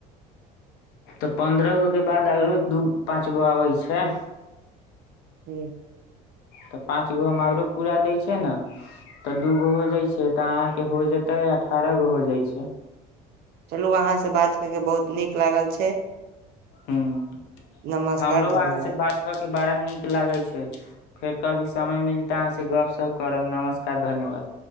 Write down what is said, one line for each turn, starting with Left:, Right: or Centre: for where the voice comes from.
Left: तऽ पंद्रह गो के बाद आरो दू पांच गो आबे छै
Right: हू
Left: तऽ पाँच गो हम आरो पूरा दै छै ने तऽ दूगो हो जाइ छै तऽ अहाँ के हो जेते अठारह गो हो जाइ छै
Right: चलू अहाँ से बात कर केँ बहुत नीक लागल छै
Left: हू <inaudible>
Right: नमस्कार
Left: हमरो
Right: धन्यवाद
Left: अहाँ से बात कर केँ बारा नीक लागै छै फेर कभी समय मिलतै अहाँ से गपशप करब नमस्कार धन्यवाद